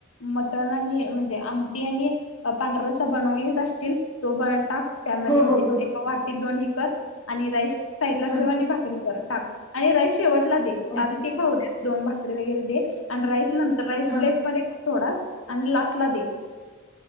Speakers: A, on the left; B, on the left.
A: मटण आणि म्हणजे आमटी आणि -- पांढरारस्सा बनवलीच असशील तो बन टाक. त्यामध्ये
B: हो
A: म्हणजे
B: हो हो
A: एका वाटीत दोन हे कर आणि राईस साईडला
B: हा
A: ठेव आणि भाकरी कर टाक. आणि राई शेवटला दे.
B: ओ
A: आधी ते खाऊ दे. दोन भाकरी वगैरे दे. आणि राईस नंतर राईस
B: हा
A: प्लेट मध्ये थोडा आणि लास्टला दे.